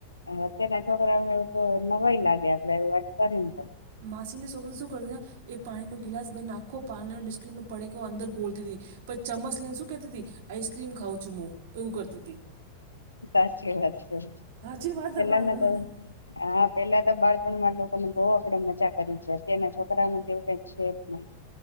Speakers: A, on the left (about 80°); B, on the right (about 50°).
A: હ અત્યારના છોકરાઓને તો નવાઈ લાગે આપડે વાત કરી ને તો
B: માસીને છોકરી શું કરતીને એ પાણીનો ગ્લાસ બને આખો પારલે બિસ્કીટનો પડકો અંદર ગોળતી હતી. પછી ચમ્મસ લઈને શું કેતી તી આઈસક્રીમ ખાઉં છું હું એવું કરતી તી.
A: સાચી વાત શે
B: હાચી વાત
A: પેલાના
B: તમારી
A: જમા હા પેલા તો બાળપણમાં લોકોને બહુ આપડે મજા કરી છે. અત્યાર ના છોકરાઓ ને કેવું કઈ છે નહી.